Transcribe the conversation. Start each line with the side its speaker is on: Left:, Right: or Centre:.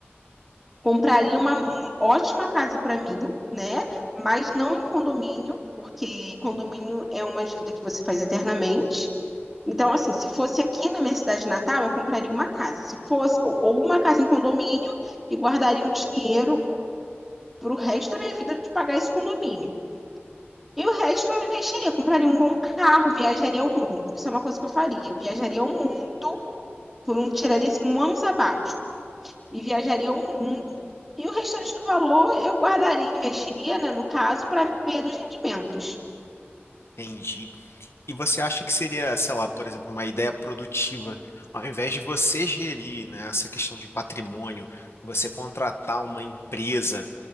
Centre: compraria uma um- ótima casa para mim, né? Mas não em condomínio, porque condomínio é uma dívida que você faz eternamente. Então, assim, se fosse aqui na minha cidade natal, eu compraria uma casa. Se fosse, ou ou uma casa em condomínio e guardaria o dinheiro para o resto da minha vida de pagar esse condomínio. E o resto eu investiria, compraria um bom carro, viajaria ao mundo. Isso é uma coisa que eu faria. Eu viajaria ao mundo por um, tiraria esse um ano sabático e viajaria ao mundo E o restante do valor eu guardaria, investiria, né, no caso, para viver dos rendimentos.
Left: Entendi. E você acha que seria, sei lá, por exemplo, uma ideia produtiva, ao invés de você gerir, né, essa questão de patrimônio, você contratar uma empresa